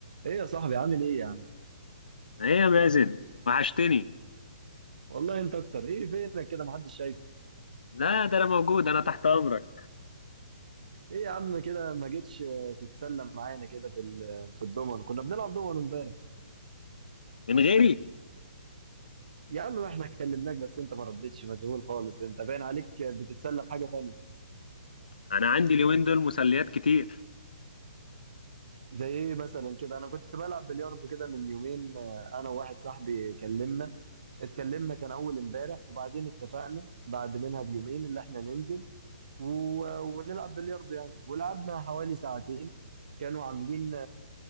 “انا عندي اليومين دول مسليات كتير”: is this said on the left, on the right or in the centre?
Left